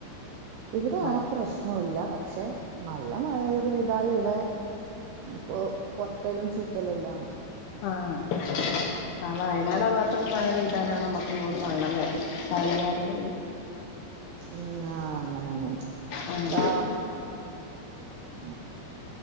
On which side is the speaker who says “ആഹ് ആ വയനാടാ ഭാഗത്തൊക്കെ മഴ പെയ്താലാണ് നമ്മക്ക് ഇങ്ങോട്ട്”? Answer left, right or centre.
Left